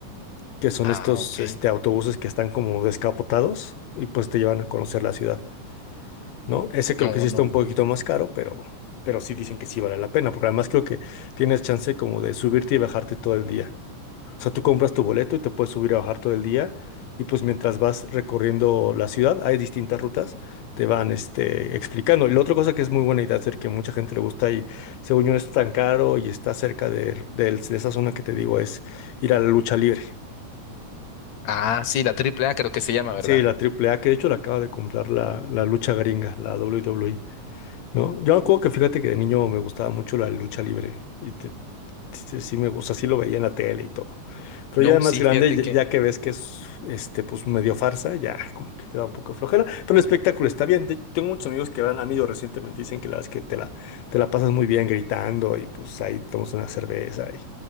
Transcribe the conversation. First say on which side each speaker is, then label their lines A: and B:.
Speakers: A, on the left; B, on the left.
A: Que son
B: Ah,
A: estos,
B: ok.
A: este, autobuses que están como descapotados y pues te llevan a conocer la ciudad, ¿no? Ese creo
B: No,
A: que sí está
B: no.
A: un poquito más caro, pero, pero sí dicen que sí vale la pena, porque además creo que tienes chance como de subirte y bajarte todo el día. O sea, tú compras tu boleto y te puedes subir a bajar todo el día. Y pues mientras vas recorriendo la ciudad, hay distintas rutas, te van este, explicando. Y la otra cosa que es muy buena idea hacer, que mucha gente le gusta y según yo no está tan caro y está cerca de, del- de esa zona que te digo, es ir a la lucha libre.
B: Ah, sí, la triple A creo que se llama, ¿verdad?
A: Sí, la Triple A que de hecho la acaba de comprar la, la lucha gringa, la W W WWE, ¿no? Yo me acuerdo que fíjate que de niño me gustaba mucho la lucha libre. Y te- Sí, sí me gusta, sí lo veía en la tele y todo. Pero
B: No,
A: ya de más
B: sí,
A: grande,
B: fíjate
A: ya, ya que ves que es este, pues medio farsa, ya como que te da un poco de flojera. Pero el espectáculo está bien. De- tengo muchos amigos que han, han ido recientemente, y dicen que la verdad es que te la, te la pasas muy bien gritando y pues ahí tomas una cerveza y